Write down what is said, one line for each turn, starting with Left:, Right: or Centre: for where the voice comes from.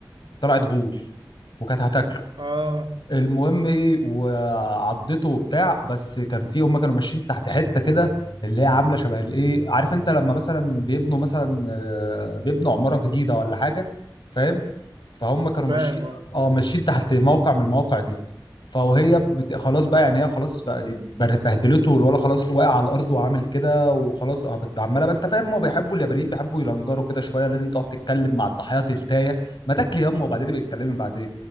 Left: طلعت غول وكانت هتاكله
Right: اه
Left: المهم ايه وعضته وبتاع بس كان في هم كانوا ماشيين تحت حته كده اللي هي عامله شبه الايه عارف انت لما مثلا بيبنوا مثلا آه، بيبنوا عماره جديده ولا حاجه فاهم فهم كانوا ماشيين
Right: فاهم اه
Left: اه ماشيين تحت موقع من المواقع دي فهي بت... خلاص بقى يعني هي خلاص ف- بر- بهدلته والولا خلاص واقع على الارض وعامل كده وخلاص اه بت- عماله بقى انت فاهم ما بيحبوا اليابانيين بيحبوا يلنجروا كده شويه لازم تقعد تتكلم مع الضحايا تلتايه ما تاكلي يما وبعدين بيتكلمي بعدين